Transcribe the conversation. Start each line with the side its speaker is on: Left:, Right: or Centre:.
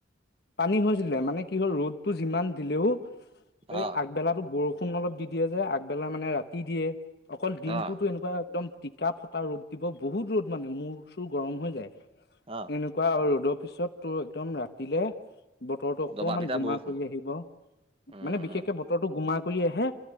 Left: পানী হৈছিলে মানে কি হ'ল ৰ'দটো যিমান দিলেও। এই
Right: অ
Left: আগবেলাতো বৰষুণ অলপ দি দিয়ে যে আগবেলা মানে ৰাতি দিয়ে। অকল দিনটোতো
Right: অ
Left: এনেকুৱা একদম টিকা ফটা ৰ'দ দিব বহুত ৰ'দ মানে মূৰ চুৰ গৰম হৈ যায়।
Right: অ
Left: এনেকুৱা আৰু ৰ'দৰ পিছত তোৰ একদম ৰাতিলে বতৰটো অকমান
Right: দবা পিটা
Left: গোমা
Right: বৰষুণ
Left: কৰি আহিব
Right: উম
Left: মানে বিশেষকে বতৰটো গোমা কৰি আহে